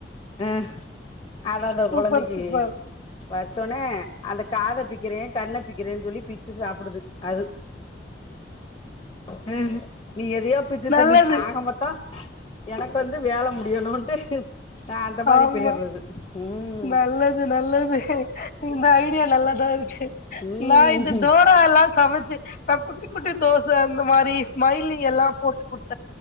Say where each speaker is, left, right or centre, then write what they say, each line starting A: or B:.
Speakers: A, on the left; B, on the left.
A: ஆஹ் அத அத
B: சூப்பர்
A: கொழந்தைக்கு
B: சூப்பர்
A: வச்சோனே அந்த காத பிக்கிறேன் கண்ண பிக்கிறேன்னு சொல்லி பிச்சு சாப்பிடுது அது ஹ நீ எதையோ பிச்சு
B: நல்லது
A: தின்னு ஆக மொத்த எனக்கு வந்து வேல மு வேனுட்டு நா அந்த மாரி
B: ஆமா
A: போயிறது ம்
B: நல்லது நல்லது இந்த ஐ டியா நல்லாதான் இருக்கு
A: ம்
B: நா இது டோரா எல்லாம் சமைச்சி ந குட்டி குட்டி தோச இந்த மாரி ஸ்மைலிங் எல்லா போட்டு குடு